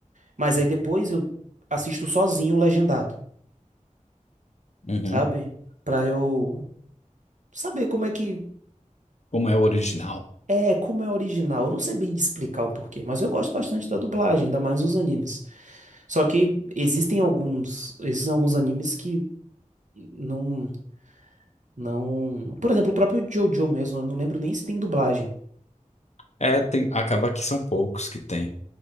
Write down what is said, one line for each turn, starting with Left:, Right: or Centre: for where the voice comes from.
Right: Mas aí depois eu assisto sozinho legendado,
Left: Uhum.
Right: sabe? Pra eu saber como é que
Left: Como é o original.
Right: é, como é original. Eu não sei bem explicar o porquê, mas eu gosto bastante da dublagem, ainda mais os animes. Só que existem alguns, existem alguns animes que não, não. Por exemplo, o próprio JoJo mesmo, eu não lembro nem se tem dublagem.
Left: É, tem, acaba que são poucos que tem.